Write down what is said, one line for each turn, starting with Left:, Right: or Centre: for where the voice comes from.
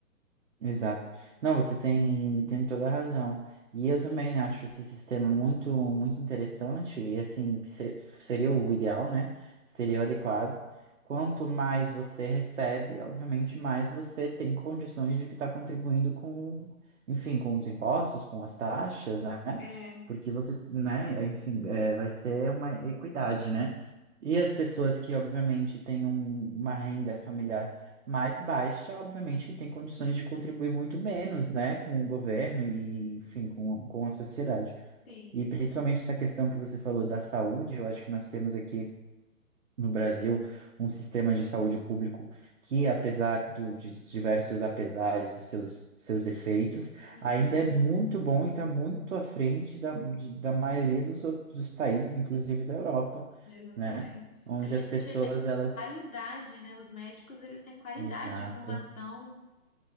Right: Exato. Não, você tem, tem toda a razão. E eu também acho esse sistema muito, muito interessante e assim, que se- seria o ideal, né? Seria o adequado. Quanto mais você recebe, obviamente, mais você tem condições de estar contribuindo com, enfim, com os impostos, com as taxas, né?
Left: É,
Right: Porque você, né, enfim, é, vai ser uma equidade, né? E as pessoas que, obviamente, têm um- uma renda familiar mais baixa, obviamente, que tem condições de contribuir muito menos, né, com o governo e, enfim, com, com a sociedade.
Left: sim,
Right: E principalmente essa questão que você falou da saúde, eu acho que nós temos aqui no Brasil um sistema de saúde público que, apesar do, de diversos apesares dos seus, seus defeitos,
Left: Uhum.
Right: ainda é muito bom e está muito à frente da, de- da maioria dos outros dos países, inclusive da Europa,
Left: exatamente.
Right: né, onde
Left: Aqui
Right: as pessoas,
Left: a gente tem
Right: elas...
Left: qualidade, né? Os médicos, eles têm qualidade
Right: Exato.
Left: de formação.